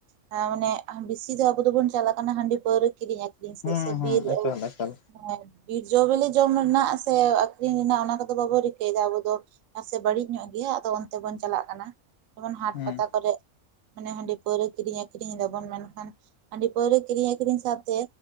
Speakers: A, on the right (about 85°); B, on the left (about 60°).
A: ᱢᱟᱱᱮ ᱵᱤᱥᱤ ᱫᱚ ᱟᱵᱚ ᱫᱚᱵᱚᱱ ᱪᱟᱞᱟᱜ ᱠᱟᱱᱟ ᱦᱟᱺᱰᱤ ᱯᱟᱹᱣᱨᱟᱹ ᱠᱤᱨᱤᱧ ᱟᱹᱠᱷᱨᱤᱧ ᱥᱮᱫ
B: ᱦᱩᱸ
A: ᱥᱮ
B: ᱦᱩᱸ
A: ᱵᱤᱨᱼᱼ
B: ᱮᱠᱟᱞ ᱮᱠᱟᱞ
A: ᱦᱮᱸ ᱵᱤᱨ ᱡᱚ ᱵᱤᱞᱤ ᱡᱚᱢ ᱨᱮᱱᱟᱜ ᱥᱮ ᱟᱠᱷᱨᱤᱧ ᱨᱮᱱᱟᱜ ᱚᱱᱟ ᱠᱚᱫᱚ ᱵᱟᱵᱚ ᱨᱤᱠᱟᱹᱭᱮᱫᱟ ᱟᱵᱚ ᱫᱚᱼᱼ ᱚᱠᱟ ᱥᱮᱫ ᱵᱟᱹᱲᱤᱡ ᱧᱚᱜ ᱜᱮᱭᱟ ᱟᱫᱚ ᱚᱱᱛᱮ ᱵᱚᱱ ᱪᱟᱞᱟᱜ ᱠᱟᱱᱟ᱾ ᱡᱮᱢᱚᱱ ᱦᱟᱴ
B: ᱦᱩᱸ
A: ᱯᱟᱛᱟ ᱠᱚᱨᱮᱜ ᱢᱟᱱᱮ ᱦᱟᱺᱰᱤ ᱯᱟᱹᱣᱨᱟᱹ ᱠᱤᱨᱤᱧ ᱟᱹᱠᱷᱨᱤᱧ ᱫᱟᱵᱚᱱ ᱢᱮᱱᱠᱷᱟᱱᱼᱼ ᱦᱟᱸᱰᱤ ᱯᱟᱹᱣᱨᱟᱹ ᱠᱤᱨᱧ ᱟᱠᱷᱨᱤᱧ ᱥᱟᱣᱛᱮᱼᱼ